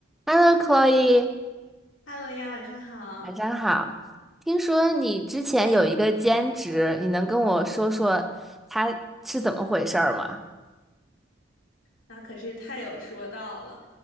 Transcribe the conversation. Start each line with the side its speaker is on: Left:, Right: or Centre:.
Centre: Hello，Chloe，
Left: Hello 呀，晚上好。
Centre: 晚上好。听说你之前有一个兼职，你能跟我说说它是怎么回事儿吗？
Left: 那可是太有说到了，